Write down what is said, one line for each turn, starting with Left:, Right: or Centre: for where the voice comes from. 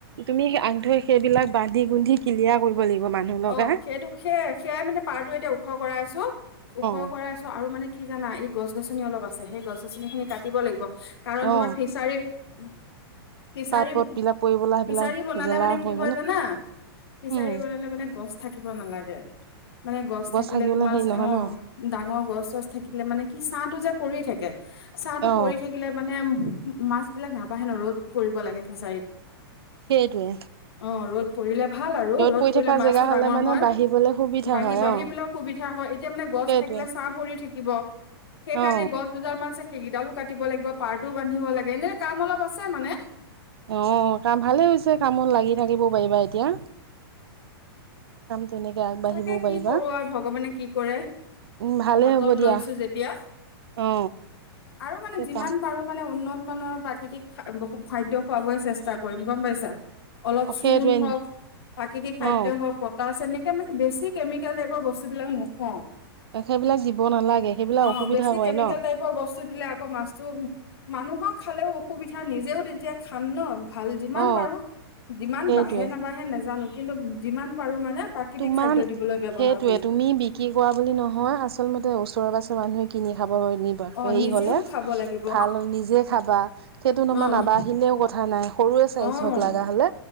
Right: তুমি আন্ধুৱে সেইবিলাক বান্ধি গুন্ধি কিলিয়া কৰিব লাগিব মানুহ লগাই
Left: অহ' সেইটোক সেয়া, সেয়াই মানে পাৰটো এতিয়া ওখ কৰাই আছো, ওখ
Right: অ
Left: কৰাই আছো আৰু মানে কি জানা ই গছ গছনি অলপ আছে সেই গছ-গছনিখিনি কাটিব লাগিব কাৰণ
Right: অ
Left: তোমাৰ ফিচাৰী উম'। ফিচাৰী,
Right: পাত পত বিলাক পৰিবলা সেইবিলাক
Left: ফিচাৰী বনালে
Right: গেলা
Left: মানে কি
Right: হৈ
Left: হয় জানা, ফিচাৰী
Right: উম
Left: বনালে মানে গছ থাকিব নালাগে। মানে গছ থাকিলে
Right: থাকিবলৈ
Left: তোমাৰ
Right: হেৰি নহয়
Left: অহ,
Right: ন
Left: ডাঙৰ গছ চছ থাকিলে মানে কি চাহ তো পৰি থাকে চাহটো
Right: অ
Left: পৰি থাকিলে মানে মাছবিলাক নাবাহে ন, ৰ'দ পৰিব লাগে ফিচাৰীত।
Right: সেইটোৱে।
Left: অ ৰ'দ পৰিলে ভাল আৰু ৰ'দ
Right: পৰি
Left: পৰিলে
Right: থকা
Left: মাছ মাছটো
Right: জেগা হলে
Left: ডাঙৰ
Right: মানে
Left: হয়।
Right: বাঢ়িবলৈ সুবিধা
Left: বাঢি
Right: হয়
Left: বাঢ়িবলৈ
Right: অ
Left: সুবিধা হয় এতিয়া মানে গছ
Right: সেইটোৱে
Left: থাকিলে চাহ পৰি থাকিল। থাকিব সেইকাৰণে
Right: অ
Left: গছ দুডাল মান চ সেইকেইডালো কাটিব লাগিব, পাৰটোও বান্ধিব লাগে, এনেই কাম অলপ আছে মানে।
Right: অহ' কাম ভালে হৈছে কামত লাগি থাকিব পাৰিবা এতিয়া। কাম তেনেকে আগবাঢ়িবও
Left: তাকে কি
Right: পাৰিবা
Left: কৰো আৰু ভগৱানে কি কৰে।
Right: উম ভালেই
Left: হাতত
Right: হ'ব দিয়া
Left: লৈছোঁ যেতিয়া।
Right: অ
Left: আৰু মানে যিমান
Right: কাম
Left: পাৰো মানে উন্নত মানৰ প্ৰাকৃতিক খাদ্য খুৱাবই চেষ্টা কৰিম গম পাইছা। অলপ
Right: অ
Left: চূণ
Right: সেইটোৱে
Left: হওঁক, প্ৰাকৃতিক খাদ্য
Right: অ
Left: হওঁক বতাহ চেনে এতিয়া মানে বেছি কেমিকেল টাইপৰ বস্তুবিলাক নোখাওঁ।
Right: সেইবিলাক দিব নালাগে সেইবিলাক
Left: অহ'
Right: অসুবিধা
Left: বেছি
Right: কৰে
Left: কেমিকেল
Right: ন
Left: টাইপৰ বস্তু দিলে আকৌ মাছটো, মানুহক খালেও অসুবিধা, নিজেও তেতিয়া খাম ন। ভাল যিমান
Right: অ
Left: পাৰো, যিমান
Right: সেইটোৱে
Left: বাঢ়ে নাবাঢ়ে নাজানো কিন্তু যিমান পাৰো মানে। প্ৰাকৃতিক
Right: তোমাৰ
Left: খাদ্য দিবলৈ ব্যৱহাৰ
Right: সেইটোৱে,
Left: কৰিম।
Right: তুমি বিক্ৰী কৰা বুলি নহয় আচলমতে ওচৰ পচ ত' মানুহে কিনি খাবৰ বাবে নিবা।
Left: অ',
Right: হেৰি
Left: নিজেওতো
Right: হ'লে
Left: খাব লাগিব
Right: ভাল নিজে খাবা সেইটো তোমাৰ
Left: অ',
Right: নাবাৰহিলেও কথা নাই। সৰুৱে চাইছ
Left: অ',
Right: হওঁক লগা হ'লে।